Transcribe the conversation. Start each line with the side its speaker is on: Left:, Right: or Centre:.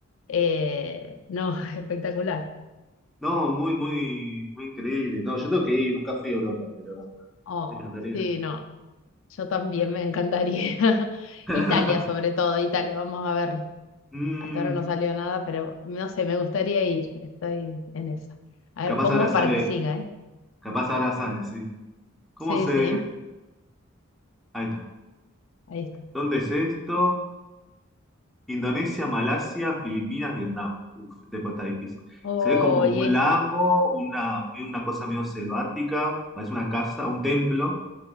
Left: eh, no, <laughs> espectacular.
Centre: No, muy, muy, muy increíble. No, yo tengo que ir, nunca fui a Europa, pero
Left: Oh,
Centre: me encantaría.
Left: sí, no, yo también me encantaría. <laughs>
Centre: <laughs>
Left: Italia, sobre todo, Italia, vamos a ver.
Centre: Mm,
Left: Hasta ahora no salió nada, pero no sé, me gustaría ir, estoy en eso. A
Centre: capaz
Left: ver, pongo
Centre: ahora sale,
Left: para que siga, ¿eh?
Centre: capaz ahora sale, sí. ¿Cómo
Left: Sí,
Centre: se...?
Left: sí,
Centre: Ahí está.
Left: ahí está.
Centre: ¿Dónde es esto? Indonesia, Malasia, Filipinas, Vietnam. Uf, este puesto está difícil.
Left: Oh,
Centre: Se ve como
Left: y
Centre: un
Left: es,
Centre: lago, una, medio una cosa medio selvática, parece una casa, un templo,